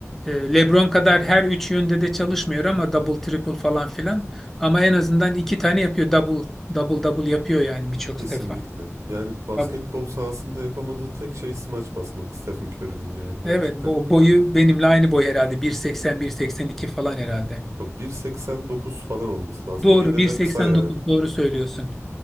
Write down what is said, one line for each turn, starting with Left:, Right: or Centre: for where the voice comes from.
Centre: e, LeBron kadar her üç yönde de çalışmıyor ama double triple falan filan ama en azından iki tane yapıyor double double double yapıyor yani birçok
Right: Kesinlikle.
Centre: defa.
Right: Yani basketbol
Centre: Tabii.
Right: sahasında yapamadığı tek şey smaç basmak Stephen Curry'nin yani gerçekten.
Centre: Evet bo- boyu benimle aynı boy herhalde 1.80 1.82 falan herhalde.
Right: Yok 1.89 falan olması lazım
Centre: Doğru
Right: ama yine
Centre: 1.89
Right: de kısa yani.
Centre: doğru söylüyorsun.